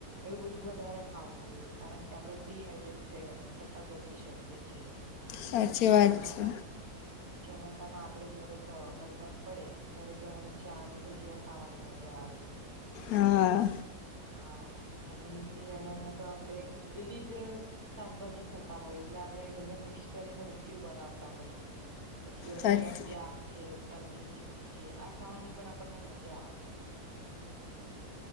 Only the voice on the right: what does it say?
એવું બધું વધારે ખાવું જોઈએ કારણ કે આપડણે ડીહાઈડ્રેટ થયા થતા બચી શકીએ છીએ.
પછી
ચોમાસા
ચોમાસામાં આપડે જયારે સ વરસાદ પડે ત્યારે ગરમ ચા અને ભજીયા ખાવાની મજા આવે
હા અને શિયાળામાં તો આપડે વિવિધ શાકભાજી થતા હોય એટલે આપડે એ બધા મિક્સ કરીને ઊંધયું બનાવ હોઈએ પછી
અડદ્યા પ્યાગ છે તલ ની ચીકી છે આ ખાવાની પણ આપને મજા આવે